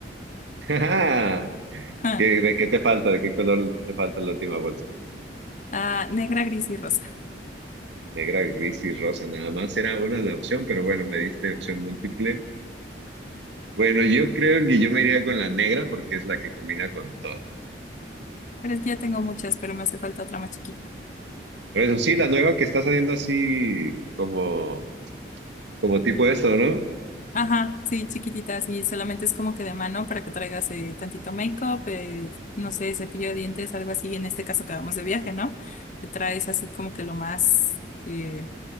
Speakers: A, on the right; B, on the left.
A: <laughs> ¡Ja,
B: <laughs>
A: ¿Qué, de qué te falta? ¿De qué color te falta la última bolsa?
B: Ah, negra, gris y rosa.
A: Negra, gris y rosa, nada más era una la opción, pero bueno, me diste opción múltiple. Bueno, yo creo que yo me iría con la negra porque es la que combina con todo.
B: Pero es que ya tengo muchas, pero me hace falta otra más chiquita.
A: Pero eso sí, la nueva que está saliendo así como, como tipo esto, ¿no?
B: Ajá, sí, chiquititas y solamente es como que de mano para que traigas eh, tantito make-up, eh, no sé, cepillo de dientes, algo así, en este caso que vamos de viaje, ¿no? Te traes así como que lo más, sí, eh,